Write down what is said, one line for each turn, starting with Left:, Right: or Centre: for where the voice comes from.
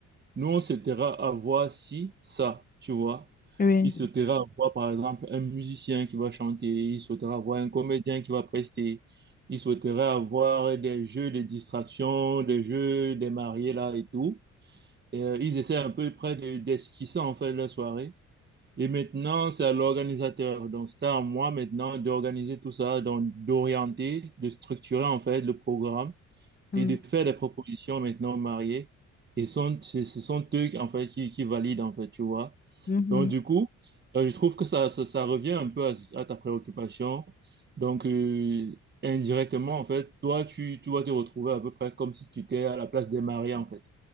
Right: Nous, on se taira à voir si ça, tu vois.
Left: Oui.
Right: Il se taira à voir, par exemple, un musicien qui va chanter, il souhaitera voir un comédien qui va prester, il souhaitera avoir des jeux de distraction, des jeux des mariés là et tout. Et, euh, ils essaient un peu près de- d'esquisser en fait la soirée. Et maintenant, c'est à l'organisateur. Donc, c'est à moi maintenant d'organiser tout ça, donc d'orienter, de structurer en fait le programme
Left: Mhm,
Right: et de faire des propositions maintenant aux mariés. Et sont, ce ce sont eux, en fait, qui, qui valident, en fait, tu vois.
Left: mhm.
Right: Donc, du coup, euh, je trouve que ça, ça, ça revient un peu à, ce- à ta préoccupation. Donc, euh, indirectement, en fait, toi, tu, tu vas te retrouver à peu près comme si tu étais à la place des mariés, en fait.